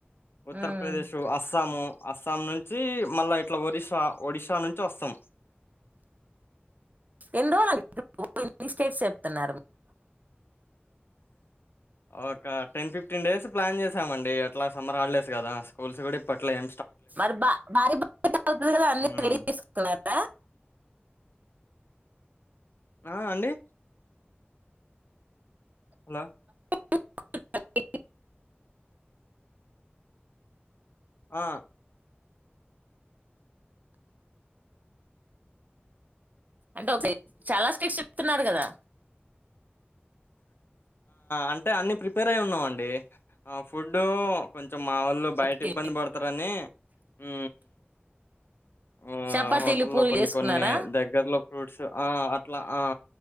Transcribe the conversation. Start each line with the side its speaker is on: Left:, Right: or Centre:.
Left: ఉత్తరప్రదేశ
Right: ఉమ్
Left: అస్సాము అస్సాం నుంచి మళ్ళా ఇట్లా ఒరిస్సా ఒడిషా నుంచి వస్తాం
Right: ఎన్ని రోజ్లేంది స్టేట్స్ చెప్తున్నారు
Left: ఒకకా టెన్ ఫఫ్టీన్డేస్ ప్న్ చేశామడి ఎట్లా సమ్మర్ ఆడలేదు కా స్కూల్స్ కూడా ఇప్పట్లా ఏ
Right: మరి బా వార బ అతుంది కదా అన్న
Left: మ్మ్
Right: వెరిగి తీసుకుంటున్నా
Left: ఆ అండి అలా
Right: <inaudible>
Left: ఆ
Right: అంటే ఒక చాలా స్ట్రిక్స్ చెప్తున్నారు కదా
Left: అంటే అన్ని ప్రిపేర్ అయి ఉన్నాం అండి ఫుడ్ కొంచం కొంచం మా వాళ్ళు బయట
Right: ఓకే
Left: ఇబ్బంది పడతారని ఉ ఆ
Right: చపాతీలు
Left: హోటల్లో
Right: పూరీలు
Left: కొన్ని
Right: చేసుకున్నారా
Left: కొన్ని దగ్గరలో ఫ్రూట్స్ ఆ అట్లా ఆ